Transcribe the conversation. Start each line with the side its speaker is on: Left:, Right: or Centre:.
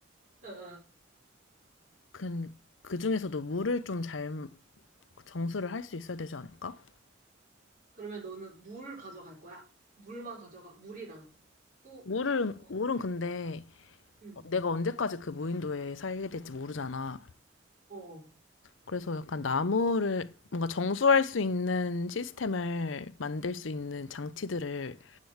Right: 어, 어.
Left: 그, 그 중에서도 물을 좀 잘 정수를 할 수 있어야 되지 않을까?
Right: 그러면 너는 물 가져갈 거야? 물만 가져가, 물이랑. 또,
Left: 물은,
Right: 어,
Left: 물은 근데
Right: 응,
Left: 어, 내가 언제까지 그 무인도에 살게 될지 모르잖아.
Right: 어. 어.
Left: 그래서 약간 나무를 뭔가 정수할 수 있는 시스템을 만들 수 있는 장치들을